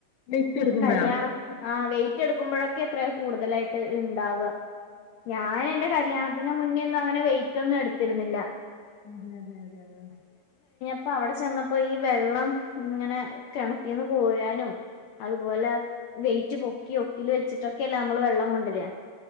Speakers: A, on the left; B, on the left.
A: ലേറ്റ്
B: അപ്പൊ
A: എടുക്കുമ്പഴാ
B: കല്യാണം ആ വെയിറ്റ് എടുക്കുമ്പോഴൊക്കെ എത്ര കൂടുതലായിട്ട് ഇണ്ടാവുക ഞാൻ എന്റെ കല്യാണത്തിന് മുന്നേന്നും അങ്ങനെ വെയിറ്റ് ഒന്നും എടുത്തിരുന്നില്ല
A: അതെ അതെ അതെ അതെ
B: അപ്പ അവിടെ ചെന്നപ്പോ ഈ വെള്ളം ഇങ്ങനെ കിണറ്റിന് കോരാനും അതുപോലെ വെയിറ്റ് പൊക്കി ഒക്കില് വെച്ചിട്ടൊക്കെ അല്ല നമ്മള് വെള്ളം കൊണ്ടുവരുക